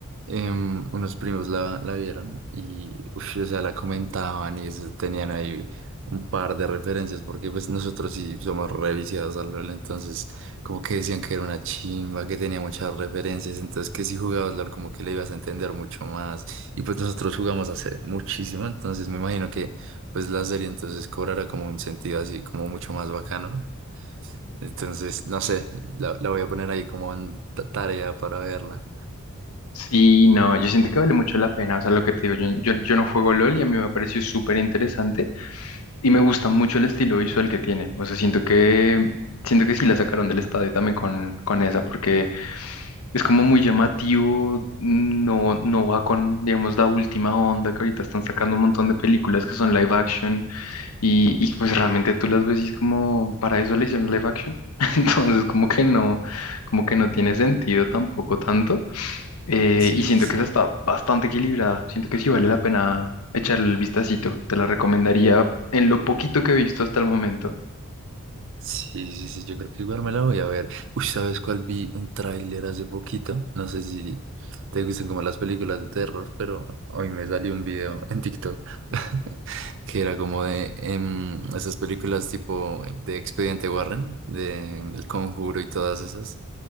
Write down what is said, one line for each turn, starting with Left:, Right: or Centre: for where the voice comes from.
Right: em, unos primos la, la vieron y, uf, o sea, la comentaban y eso, tenían ahí un par de referencias porque pues nosotros sí somos reviciados al LoL, entonces como que decían que era una chimba, que tenía muchas referencias, entonces que si jugabas LoL como que le ibas a entender mucho más y pues nosotros jugamos hace muchísimo, entonces me imagino que pues la serie entonces cobrará como un sentido así como mucho más bacano. Entonces, no sé, la, la voy a poner ahí como en ta- tarea para verla.
Left: Sí, no, yo siento que vale mucho la pena. O sea, lo que te digo, yo, yo, yo no juego LOL y a mí me pareció súper interesante. Y me gusta mucho el estilo visual que tiene. O sea, siento que, siento que sí la sacaron del estadio también con, con esa, porque es como muy llamativo, no, no va con, digamos, la última onda que ahorita están sacando un montón de películas que son live action y, y pues realmente tú las ves y es como, para eso le hicieron live action. <laughs> Entonces, como que no, como que no tiene sentido tampoco tanto. Eh,
Right: Sí,
Left: y siento
Right: sí, sí.
Left: que esa está bastante equilibrada. Siento que sí vale la pena echarle el vistacito. Te la recomendaría en lo poquito que he visto hasta el momento.
Right: Sí, sí, sí, yo creo que igual me la voy a ver. Uy, ¿sabes cuál? Vi un tráiler hace poquito. No sé si te gustan como las películas de terror, pero hoy me salió un video en TikTok <laughs> que era como de em, esas películas tipo de Expediente Warren, de em, El Conjuro y todas esas,